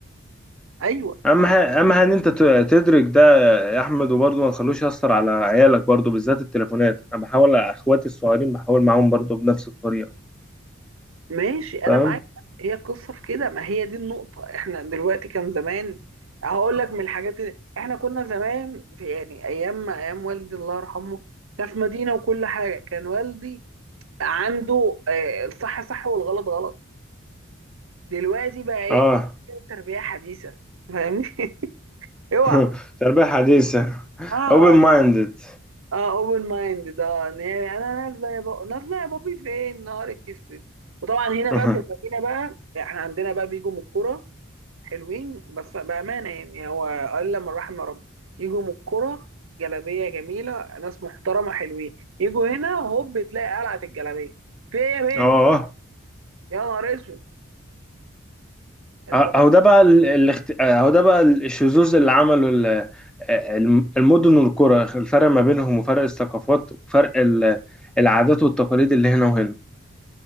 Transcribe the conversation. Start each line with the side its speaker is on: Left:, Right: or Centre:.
Right: ايوه
Centre: أهم ح- أهم حاجة إن أنت ت- تدرك ده يا أحمد وبرضه ما تخلوش يأثر على عيالك برضه بالذات التليفونات أنا بحاول على إخواتي الصغيرين بحاول معاهم برضه بنفس الطريقة
Right: ماشي انا
Centre: فاهم
Right: معاك هي القصه في كده ما هي دي النقطه احنا دلوقتي كان زمان هقول لك من الحاجات اللي احنا كنا زمان في يعني ايام ايام والدي الله يرحمه ده في مدينه وكل حاجه كان والدي عنده آه، الصح صح والغلط غلط دلوقتي بقى ايه
Centre: اه
Right: تربية حديثة فاهمني <laughs> اوعى
Centre: <laughs> تربية حديثة
Right: اه
Centre: open minded
Right: اه اوبن مايند ده إن هي انا نازله يا بابا نازله يا بابي فين نهارك اسود وطبعا هنا
Centre: <laughs>
Right: بقى في المدينه بقى احنا عندنا بقى بيجوا من الكوره حلوين بس بامانه يعني هو الا من رحم ربي يجوا من الكوره جلابيه جميله ناس محترمه حلوين يجوا هنا هوب تلاقي قلعه الجلابيه في ايه يا
Centre: اه
Right: بنت يا نهار اسود انت
Centre: اهو ده بقى ال- الاخت... اهو ده بقى الشذوذ اللي عمله ال- الم- المدن والقرى الفرق ما بينهم وفرق الثقافات وفرق ال- العادات والتقاليد اللي هنا وهنا